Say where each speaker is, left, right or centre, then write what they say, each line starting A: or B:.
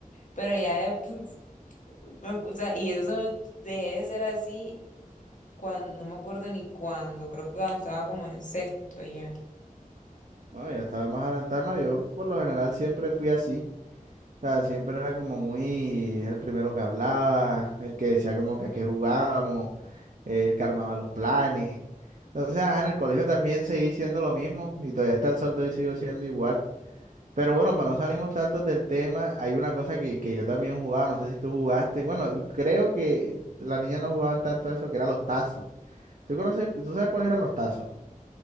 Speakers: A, on the left; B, on the right.
A: Pero ya después, <laughs> me- o sea, y eso se me dejé de ser así cuando, no me acuerdo ni cuándo, creo que cuando estaba como en sexto ya.
B: Bueno, ya estaba más adelantado, ¿no? Yo por lo general siempre fui así. O sea, siempre era como muy el primero que hablaba, el que decía como que a qué jugábamos, el que armaba los planes. Entonces, ajá, en el colegio también seguí siendo lo mismo y todavía hasta el sol de hoy sigo siendo igual. Pero bueno, para no salirnos tanto del tema, hay una cosa que, que yo también jugaba, no sé si tú jugaste. Bueno, y creo que las niñas no jugaban tanto eso, que eran los tazos. ¿Tú conoces, tú sabes cuáles eran los tazos?